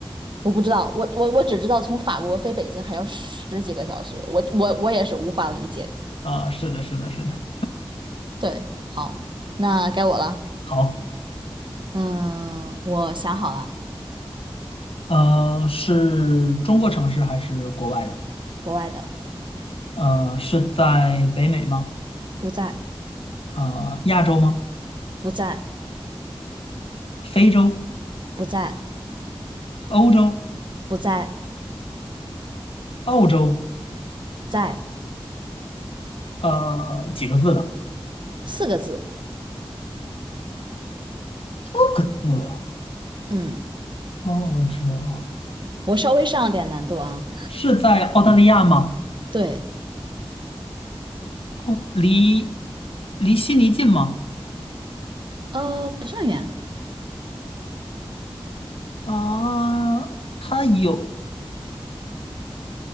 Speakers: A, on the right; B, on the left.
A: 我不知道，我我我只知道从法国飞北京还要十几个小时，我我我也是无法理解。
B: 啊，是的，是的，是的。
A: 对，好，那该我了。
B: 好，
A: 嗯，我想好了，
B: 呃，是中国城市还是国外的？
A: 国外的，
B: 呃，是在北美吗？
A: 不在，
B: 呃，亚洲吗？
A: 不在，
B: 非洲、
A: 不在，
B: 欧洲、
A: 不在，
B: 澳洲？
A: 在
B: 呃，几个字的？
A: 四个字。
B: 六个字啊。
A: 嗯，
B: 澳洲
A: 我稍微上了点难度啊。
B: 是在澳大利亚吗？
A: 对，
B: 哦，离离悉尼近吗？
A: 呃，不算远，
B: 啊，它有。